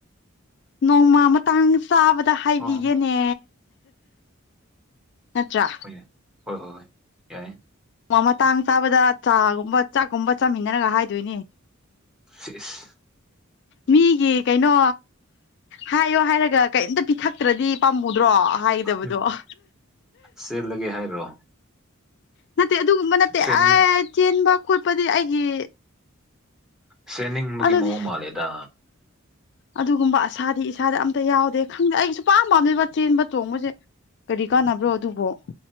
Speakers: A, on the left (about 55°); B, in the centre.
A: ꯅꯣꯡꯃ ꯇꯥꯡ ꯆꯥꯕꯗ ꯍꯥꯏꯕꯤꯒꯦꯅꯦ
B: ꯑꯣ
A: ꯅꯠꯇ꯭ꯔꯥ
B: ꯍꯣꯏ ꯌꯥꯏ ꯍꯣ ꯍꯣ ꯍꯣꯏ ꯌꯥꯏꯌꯦ
A: ꯃ ꯃꯇꯥꯡ ꯆꯥꯕꯗ ꯆꯥꯒꯨꯝꯕ ꯆꯥꯛꯀꯨꯝꯕ ꯆꯥꯃꯤꯟꯅꯔꯒ ꯍꯥꯏꯗꯣꯏꯅꯦ
B: ꯐꯤꯁ
A: ꯃꯤꯒꯤ ꯀꯩꯅꯣ ꯍꯥꯏꯌꯣ ꯍꯥꯏꯔꯒ ꯀꯩꯝꯇ ꯄꯤꯊꯛꯇ꯭ꯔꯗꯤ ꯄꯥꯝꯃꯨꯗ꯭ꯔꯣ ꯍꯥꯏꯒꯗꯕꯗꯣ
B: ꯎꯝ ꯆꯦꯜꯂꯒꯦ ꯍꯥꯏꯔꯣ
A: ꯅꯠꯇꯦ ꯑꯗꯨꯒꯨꯝꯕ ꯅꯠꯇꯦ
B: ꯆꯦꯟꯅꯤꯡ
A: ꯑ ꯆꯦꯟꯕ ꯈꯣꯠꯄꯗꯤ ꯑꯩꯒꯤ
B: ꯆꯦꯟꯅꯤꯡꯕꯒꯤ
A: ꯑꯗꯨꯗꯤ
B: ꯃꯑꯣꯡ ꯃꯥꯜꯂꯦꯗ
A: ꯑꯗꯨꯒꯨꯝꯕ ꯑꯁꯥꯗꯤ ꯏꯁꯥꯗꯤ ꯑꯝꯇ ꯌꯥꯎꯗꯦ ꯈꯪꯗꯦ ꯑꯩꯒꯤ ꯁꯨꯄꯥꯝ ꯄꯥꯝꯗꯦꯕ ꯆꯦꯟꯕ ꯆꯣꯡꯕꯁꯦ ꯀꯔꯤ ꯀꯥꯟꯅꯕ꯭ꯔꯣ ꯑꯗꯨꯕꯨꯣ